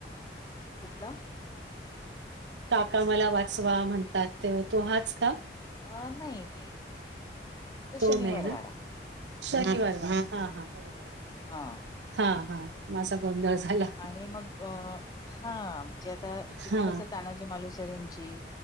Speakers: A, on the left (about 20°); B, on the right (about 85°).
A: कुठलं
B: काका मला वाचवा म्हणतात ते तो हाच का.
A: अ नाही नाही तो नाही तो नाही.
B: तो
A: शनिवार
B: नाही ना
A: वाडा
B: शनिवार हा हा बरोबर बरोबर.
A: हा
B: हा हा माझा गोंधळ झाला
A: आणि मग अ हा म्हणजे आता तिथे
B: हा
A: कसं तानाजी मालुसर यांची.